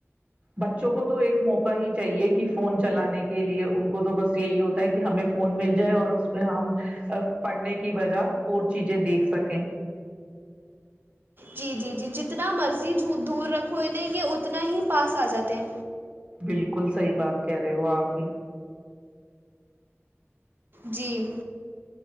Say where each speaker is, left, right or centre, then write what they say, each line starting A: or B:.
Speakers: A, on the right; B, on the right.
A: بچوں کو تو ایک موقع ہی چاہیے کہ فون چلانے کے لیے ان کو تو بس یہی ہوتا ہے کہ ہمیں فون مل جائے اور اس میں ہم پڑھنے کی وجہ اور چیزیں دیکھ سکیں
B: جی جی جی جتنا مرضی دور رکھو نہیں یہ اتنا ہی پاس آ جاتے ہیں
A: بالکل صحیح بات کہہ رہے ہو آپ بھی
B: جی